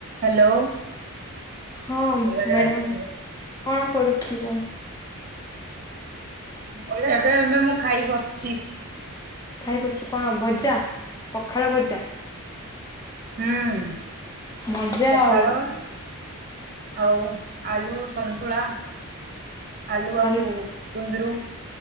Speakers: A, on the right; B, on the left.
A: Hello.
B: ହଁ madam
A: ଏବେ
B: କଣ କରୁଥିଲ।
A: ଏବେ ଏବେ ମୁଁ ଖାଇ ବସିଚି।
B: ଖାଇ ବସିଚୁ କଣ ଭଜା ପଖାଳ ଭଜା।
A: ହୁଁ
B: ମଜା
A: ପଖାଳ
B: ଆଉ
A: ଆଉ ଆଲୁ ସନ୍ତୁଳା ଆଲୁ
B: ଆଳୁ
A: ଆଉ କୁନ୍ଦୁରୁ